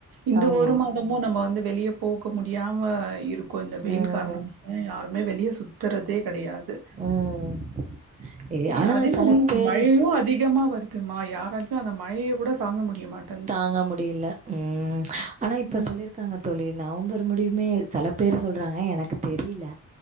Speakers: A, on the right; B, on the right.
A: இந்த
B: ஆமா.
A: ஒரு மாதமு நம்ம வந்து வெளிய போக முடியாம இருக்கு இந்த வெயில்
B: ம்.
A: காரண ஆ யாருமே வெளிய சுத்தறதே கடையாது
B: ம் ஏ ஆனா
A: அதே
B: செல
A: மாரி
B: பேரு
A: மழையு அதிகமா வரு துமா யாராச்சு அந்த மழய கூட தாங்க முடிய மாட்
B: தாங்க முடியில ம் ஆனா இப்ப
A: ம்
B: சொல்லிருக் காங்க தோழி நவம்பர் முடியுமே செல பேர் சொல்றாங்க எனக்கு தெரிய்ல